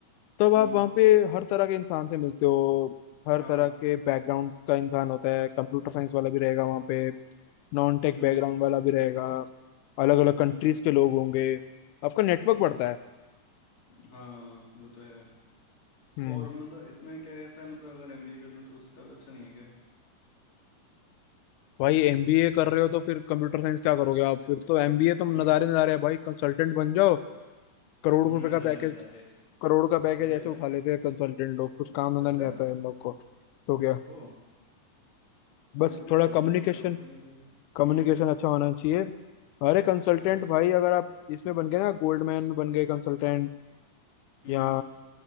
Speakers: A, on the left; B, on the left.
A: तब आप
B: हम्म
A: वहाँ पे हर तरह के इंसान से मिलते हो हर
B: हाँ
A: तरह के बैकग्राउंड का इंसान होता है कंप्यूटर साइंस वाला भी रहेगा वहाँ पे नॉन टेक
B: हम्म
A: बैकग्राउंड वाला भी रहेगा अलग अलग
B: हम्म
A: कंट्रीज के लोग होंगे आपका नेटवर्क बढ़ता है
B: हाँ वो तो है
A: हम्म
B: और मतलब इसमें क्या ऐसा है मतलब अगर एमबीए कर लूँ तो उसका भी अच्छा नहीं है क्या
A: भाई एमबीए कर रहे हो तो फिर कंप्यूटर साइंस क्या करोगे आप फिर तो एमबीए तो
B: <laughs>
A: नज़ारे नज़ारे है भाई कंसल्टेंट बन जाओ करोड़
B: नज़ारे
A: रुपए का पैकेज
B: नज़ारे
A: करोड़ का पैकेज
B: अरे
A: ऐसे
B: यार
A: उठा लेते हैं कंसल्टेंट लोग कुछ काम धंधा
B: अच्छा
A: नहीं आता है इन लोग को तो क्या
B: वो मेरे
A: बस
B: को
A: थोड़ा
B: नहीं पता
A: कम्युनिकेशन
B: था मतलब करोड़ का मिलेगा
A: कम्युनिकेशन
B: हम्म
A: अच्छा होना चाहिए अरे कंसल्टेंट
B: अच्छा
A: भाई अगर आप इसमें बन गए ना गोल्डमैन में बन गए कंसल्टेंट
B: हम्म
A: या
B: हम्म